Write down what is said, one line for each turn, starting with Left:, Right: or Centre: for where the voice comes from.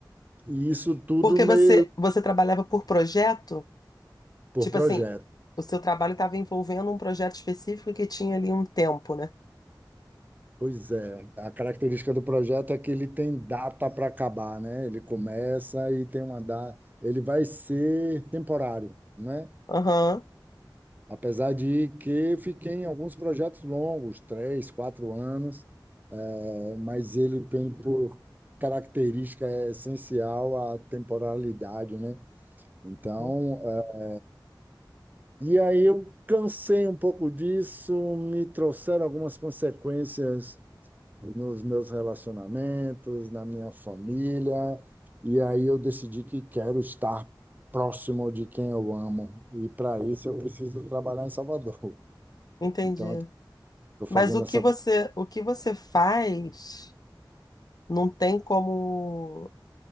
Right: e isso tudo
Left: Porque
Right: meio
Left: você você trabalhava por projeto?
Right: por
Left: Tipo
Right: projeto.
Left: assim, o seu trabalho estava envolvendo um projeto específico que tinha ali um tempo, né?
Right: Pois é, a característica do projeto é que ele tem data para acabar, né? Ele começa e tem uma data. Ele vai ser temporário, né?
Left: Aham.
Right: Apesar de que fiquei em alguns projetos longos, três, quatro anos, eh, mas ele tem por característica essencial a temporalidade, né? Então,
Left: Uhum.
Right: eh, e aí eu cansei um pouco disso, me trouxeram algumas consequências nos meus relacionamentos, na minha família, e aí eu decidi que quero estar próximo de quem eu amo, e para isso eu preciso trabalhar em Salvador.
Left: Entendi.
Right: Então, eu estou
Left: Mas
Right: fazendo
Left: o que
Right: essa.
Left: você o que você faz não tem como